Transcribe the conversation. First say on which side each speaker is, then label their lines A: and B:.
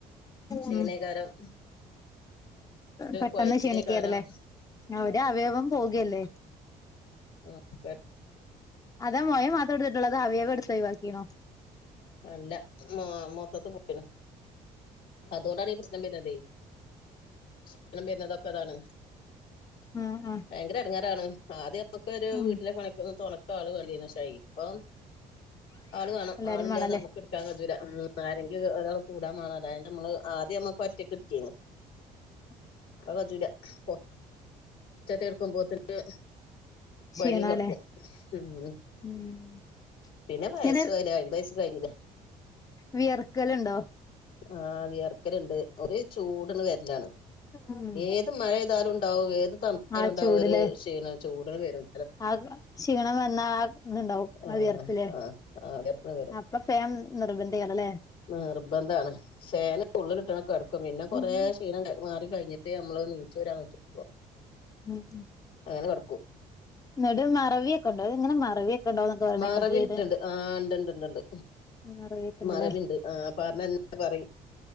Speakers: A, on the left; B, on the left.
A: ക്ഷീണകാലം
B: ഉം പെട്ടെന്ന്
A: കൊഴച്ചിലേകാരം
B: ക്ഷണിക്കാതല്ലേ ഒരു അവയവം പോകല്ലേ
A: ആ അതെ
B: അതാ മോയമാത്ര എടുത്തിട്ടുള്ള അത അവയവാ എടുത്ത്ഴിവാക്കിണോ
A: അല്ല മ മൊത്തത്ത് പോയിന് അതുകൊണ്ടാണ് ഈ പ്രശ്നം വരണ്ടേ സ്നം വരുന്നതൊക്കെ അതാണ്
B: ആഹ ആഹ്
A: ഭയങ്കര ഇടങ്ങേറാണ് ആദ്യം നമ്മുക്ക് ഒരു
B: ഉം
A: വീട്ടിലെ പണിക്ക് തുണക്ക് ആള് വേണ്ടിയെരുന്നു. പക്ഷെ ഇപ്പം ആള് വേണം
B: എല്ലാരും
A: ആളി
B: വേണല്ലേ
A: നിക്കാൻ കഴിയൂല ആരെങ്കിലും ഒരാൾ കൂടാൻണല്ലോ അതി നമ്മള് ആദ്യം നമ്മുക്ക് ഒറ്റക്ക എടുക്കന്
B: ഉ
A: അത് പറ്റൂല <unintelligible> എടുക്കുമ്പോത്തിന് കുഴങ്ങി
B: ക്ഷീണല്ലേ
A: കിടക്കും ഉ
B: ഉം
A: പിന്നെ പയസല്ല
B: ഇങ്ങനെ
A: അയിമ്പയസ കഴിഞ്ഞില്ലേ
B: വിയർക്കലുണ്ടോ
A: ആഹ് വിയർക്കലണ്ട് ഒരു ചൂട്ന്ന് വ
B: ഉം
A: ഏത് മഴ പെയ്താലും ഉണ്ടാവും ഏത് തണുപ്പായാ
B: ആ
A: ലും ഉണ്ടാവും
B: ചൂടില്
A: ഒരു ക്ഷീണം ചൂടട്ട് വെരും
B: ആ ക്ഷീണം വന്നാആ ഇതുണ്ടാവും
A: ആഹ്
B: ആ വിയർപ്പ് ലെ
A: ആഹ് ആഹ് വിയർപ്പിന്
B: ഇപ്പൊ ഫാൻനിർബന്ധമാണല്ലേ?
A: നിർബന്ധമാണ് ഫാന് ഉള്ള് ഇട്ട്ങ്ങാണ്ട് കിടക്കും പിന്നെ കൊറെ
B: ഉം
A: ക്ഷീണം മാറി കഴിഞ്ഞിട്ട് നമ്മള് ങ്ങിച്ചു രാൻ പറ്റു ഇപ്പോ.
B: ഉം ഉം
A: അങ്ങനെ കെടക്കും.
B: എന്നിട്ട് മറവിയൊക്കെഉണ്ടോ അത് എങ്ങനെ മറവിയൊക്കെ ഉണ്ടോന്നൊക്കെ പറയണേക്ക
A: മറവിയുണ്ട്
B: ചെയ്ത്
A: ആ ഉണ്ടുണ്ട്ണ്ട്
B: മറവിയൊക്കെണ്ടല്ലേ
A: മറവിയുണ്ട്. ആ പറഞ്ഞന്നെ പറയും.